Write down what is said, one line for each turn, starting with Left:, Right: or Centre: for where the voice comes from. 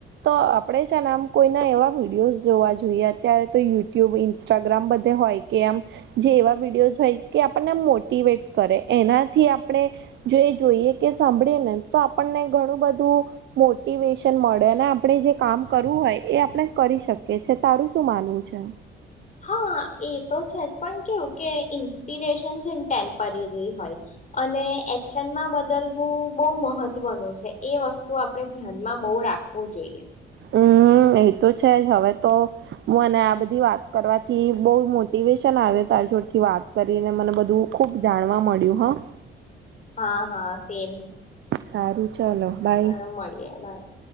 Right: તો આપણે આમ કોઈના એવા વિડીયો જોવા જોઈએત્યારે યુટ્યુબ ઇન્સ્ટાગ્રામ બધ હોય કે આમ જે એવા વિડીયોઝ હોય કે આપણને ટ કરે એનાથી આપણે જો જોઈએ કે સાંભળીએ ને તો આપણને ઘણું બધું મોેશન મળે આપણે જે કામ કરવું હોય એ આપણે કરી શકીએ છીએ તારું શું પાલવું છે
Left: હા એ તો છે જ પણ કેવું કે ઇન્સ્પિરેશન છે ને ટેમ્પરરી હોય અને એક્શનમાં બદલવું બહુ મહત્વનું છે એ વસ્તુ આપડે ધ્યાનમાં બહ રાખવું જોઈએ
Right: હમ એ તો છે જ હવે તોુંને આ બધા વાત કરવાથી બહુ મોટિવેશન આવે તારછોડથી વાત કરીને મને બધું ખૂબ જાણવા મળે મળળ્યુંહ
Left: હા હા સેમ
Right: સારું ચલો બાય
Left: સારું મળીએ ભાઈ